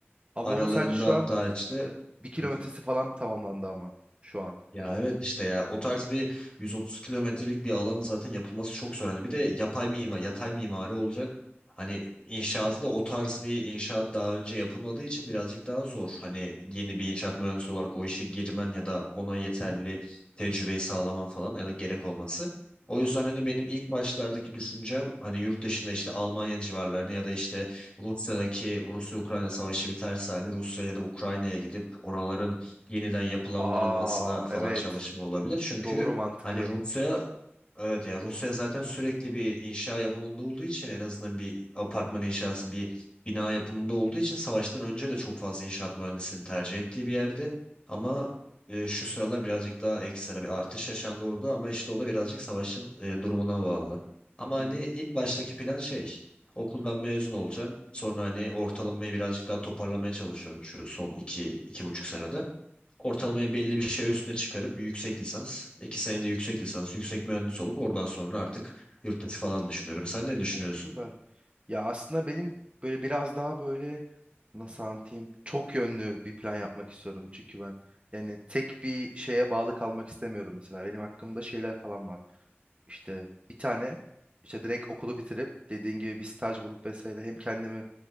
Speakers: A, on the right; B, on the left.
A: Ama
B: Aralarında
A: onun sadece şu
B: hatta
A: an
B: işte
A: bir kilometresi
B: hmm,
A: falan tamamlandı ama şu an.
B: Ya evet işte ya o tarz bir 130 kilometrelik bir alanı zaten yapılması çok zor. Hani bir de yapay mimar, yatay mimari olacak. Hani inşaatı da o tarz bir inşaat daha önce yapılmadığı için birazcık daha zor. Hani yeni bir inşaat mühendisi olarak o işe girmen ya da ona yeterli tecrübeyi sağlaman falan ya da gerek olması. O yüzden hani benim ilk başlardaki düşüncem hani yurt dışında işte Almanya civarlarını ya da işte Rusya'daki Rusya-Ukrayna savaşı biterse hani Rusya ya da Ukrayna'ya gidip oraların yeniden yapılandırılmasına
A: Aa
B: falan
A: evet.
B: çalışma olabilir. Çünkü
A: Doğru mantıklı.
B: hani Rusya evet ya Rusya zaten sürekli bir inşa yapımında olduğu için en azından bir apartman inşası bir bina yapımında olduğu için savaştan önce de çok fazla inşaat mühendisinin tercih ettiği bir yerdi. Ama e, şu sıralar birazcık daha ekstra bir artış yaşandı orada ama işte o da birazcık savaşın e, durumuna bağlı. Ama
A: Hı,
B: hani ilk baştaki plan şey okuldan mezun olacağım. Sonra hani ortalamayı birazcık daha toparlamaya çalışıyorum şu son iki, iki buçuk senede. Ortalamaya belli bir şey üstüne çıkarıp yüksek lisans. iki senede yüksek lisans, yüksek mühendis olup oradan sonra artık yurt dışı falan düşünüyorum. Sen ne düşünüyorsun?
A: O süper. Ya aslında benim böyle biraz daha böyle nasıl anlatayım çok yönlü bir plan yapmak istiyorum çünkü ben yani tek bir şeye bağlı kalmak istemiyorum mesela benim hakkımda şeyler falan var işte bir tane işte direkt okulu bitirip dediğin gibi bir staj bulup vesaire hem kendimi